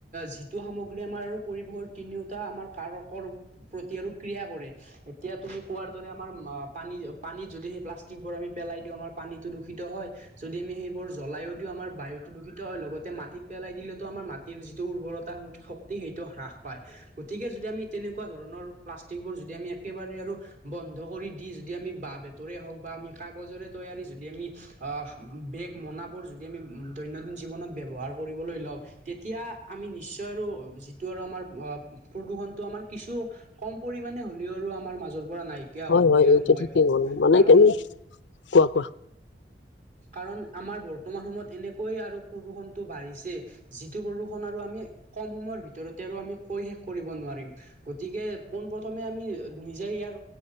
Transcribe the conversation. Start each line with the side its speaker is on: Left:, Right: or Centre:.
Right: যিটো সামগ্ৰী আমাৰ আৰু পৰিৱেশৰ তিনিওটা আমাৰ কাৰকৰ প্ৰতি আৰু ক্ৰিয়া কৰে। এতিয়া তুমি কোৱাৰ দৰে আমাৰ পানী পানীত যদি সেই প্লাষ্টিকবোৰ আমি পেলাই দিওঁ আমাৰ পানীটো দূষিত হয়। যদি আমি সেইবোৰ জ্বলাইও দিও আমাৰ বায়ুতটো দূষিত হয়, লগতে মাটিত পেলাই দিলেতো আমাৰ মাটিৰ যিটো উৰ্বৰতা শক্তি সেইটো হ্ৰাস পায়। গতিকে যদি আমি তেনেকুৱা ধৰণৰ প্লাষ্টিকবোৰ যদি আমি একেবাৰে আৰু বন্ধ কৰি দি যদি আমি বাঁহ বেতৰে হওক বা আমি কাগজৰে তৈয়াৰী যদি আমি আঁহ বেগ মনাবোৰ যদি আমি দৈনন্দিন জীৱনত ব্যৱহাৰ কৰিবলৈ লওঁ। তেতিয়া আমি নিশ্চয় আৰু যিটো আৰু আমাৰ অঁ প্ৰদূষণটো আমাৰ কিছু কম পৰিমানে হ'লেও আৰু আমাৰ মাজৰ পৰা নাই। কিয়া
Left: হয় হয়
Right: হ'ব
Left: হয়
Right: বুলি
Left: এইটো
Right: আৰু মই
Left: ঠিকেই
Right: ভাবো,
Left: হ'ল মানে
Right: কাৰণ
Left: কেনে কোৱা কোৱা
Right: কাৰণ আমাৰ বৰ্তমান সময়ত এনেকৈয়ে আৰু প্ৰদূষণটো বাঢ়িছে। যিটো প্ৰদূষণ আৰু আমি কম সময়ৰ ভিতৰতে আৰু আমি কৈ শেষ কৰিব নোৱাৰিম। গতিকে পোন প্ৰথমে আমি নিজে ইয়াৰ